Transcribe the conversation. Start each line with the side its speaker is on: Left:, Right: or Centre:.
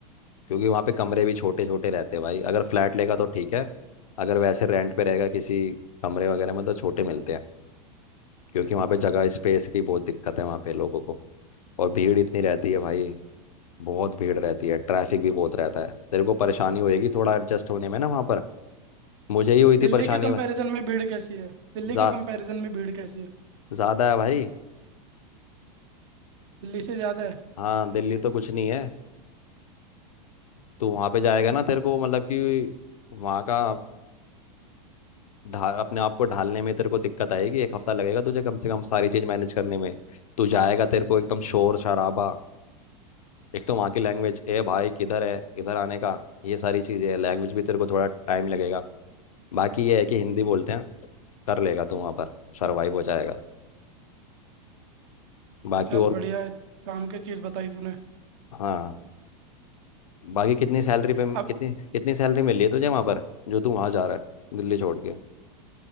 Left: क्योंकि वहाँ पे कमरे भी छोटे छोटे रहते हैं भाई अगर फ्लैट लेगा तो ठीक है अगर वैसे रेंट पे रहेगा किसी कमरे वगैरह में तो छोटे मिलते हैं क्योंकि वहाँ पे जगह स्पेस की बहुत दिक्कत है वहाँ पे लोगों को और भीड़ इतनी रहती है भाई बहुत भीड़ रहती है ट्रैफिक भी बहुत रहता है तेरे को परेशानी होएगी थोड़ा एडजस्ट होने में ना वहाँ पर मुझे ही हुई थी
Right: दिल्ली
Left: परेशानी
Right: के कंपैरिजन
Left: भाई
Right: में भीड़ कैसी है दिल्ली
Left: जा
Right: के कंपैरिजन में भीड़ कैसी है
Left: ज़्यादा है भाई
Right: दिल्ली से ज्यादा है
Left: हाँ दिल्ली तो कुछ नहीं है तू वहाँ पे जाएगा ना तेरे को मतलब कि वहाँ का ढाल अपने आप को ढालने में तेरे को दिक्कत आएगी एक हफ्ता लगेगा तुझे कम से कम सारी चीज मैनेज करने में तू जाएगा तेरे को एकदम शोर शराबा एक तो वहाँ की लैंग्वेज ए भाई किधर है इधर आने का ये सारी चीजें लैंग्वेज भी तेरे को थोड़ा टाइम लगेगा बाकी ये है कि हिंदी बोलते हैं कर लेगा तू वहाँ पर सर्वाइव हो जाएगा बाकी
Right: चल
Left: और
Right: बढ़िया है काम की चीज बताई तूने
Left: हाँ बाकी कितनी सैलरी पे
Right: अब
Left: कितनी कितनी सैलरी मिली है तुझे वहाँ पर जो तू वहाँ जा रहा है दिल्ली छोड़ के